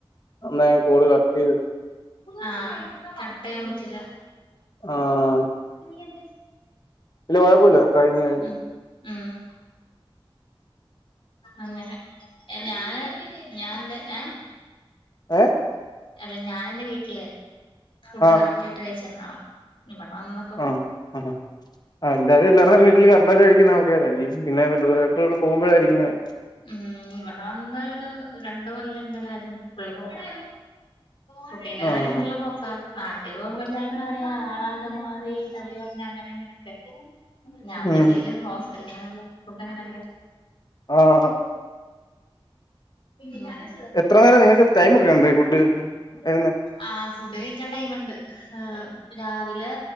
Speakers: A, on the left (about 45°); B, on the left (about 65°).
A: അന്നാ ഞാൻ കോള് കട്ടേയ്ത്
B: ആഹ് കട്ടെയ്യാൻ പറ്റില്ല.
A: ആ
B: ന്നട്ട് നീയെന്താ ചെ
A: ഇല്ല കൊയപ്പൂല്ല കഴ്ഞ്, കഴ്ഞ്ഞ്.
B: ഉം ഉം അങ്ങനെ എഞാന് ഞാന്റെ ഏഹ്
A: ഏഹ്
B: അല്ല ഞാൻ എന്റെ വീട്ടില് ഫുഡ്
A: ആഹ്
B: കറെക്റ്റായ്ട്ട് കഴ്ച്ചിരുന്നാളാ. ഇവടെവന്ന്
A: ആഹ്, ആഹ് ആഹ് എല്ലാരും എല്ലാവർടെം വീട്ടില് കറ ക്ഷ്ണം കഴിക്കുന്ന ആൾക്കാരായിരിക്കും പിന്നെ <unintelligible> പോകുമ്പോഴായിരിക്കും ഇങ്ങനെ
B: ഉം ഇവടെവന്ന് ഒരു രണ്ട്കൊല്ലം ന്റെ കാര്യം ഫുള്ള്പോക്കാ. ഫുഡിന്റെകാര്യം
A: ആഹ്
B: ഫുള്ള്പോക്കാ. നാട്ടി പോകുമ്പോ എല്ലാരും പറയാ ആളാ ക മാറി തടികൊർഞ് അങ്ങനെ ഇങ്ങനൊക്കെ. ഞാൻന്താ
A: ഉം
B: ചെയ്യ ഹോസ്റ്റൽ അങ്ങനല്ലെ. ഫുഡങ്ങനല്ലേ?
A: ആണ്.
B: ങ്ങനെ
A: എത്ര നേരാ നിങ്ങക്ക് ടൈമ് ഒക്കെഇണ്ടോ ഈ ഫുഡ് <unintelligible> ന്നെ?
B: ആഹ് ഫുഡ് കഴിക്കാൻ ടൈമ്ണ്ട്. ഏഹ് രാവിലെ